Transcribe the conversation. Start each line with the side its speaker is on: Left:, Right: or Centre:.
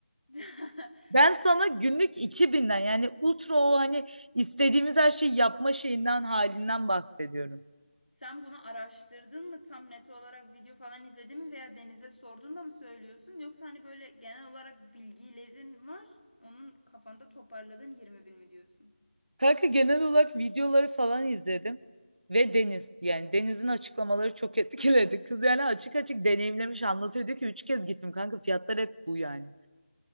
Left: <laughs>
Right: Ben sana günlük iki binden yani ultra o hani istediğimiz her şeyi yapma şeyinden halinden bahsediyorum.
Left: Sen bunu araştırdın mı? Tam net olarak video falan izledin mi veya Deniz'e sordun da mı söylüyorsun? Yoksa hani böyle genel olarak bilgilerin var. Onun kafanda toparladın 20 bin mi diyorsun?
Right: Kanka genel olarak videoları falan izledim ve Deniz yani Deniz'in açıklamaları çok etkiledi. Kız yani açık açık deneyimlemiş anlatıyor diyor ki 3 kez gittim kanka fiyatlar hep bu yani.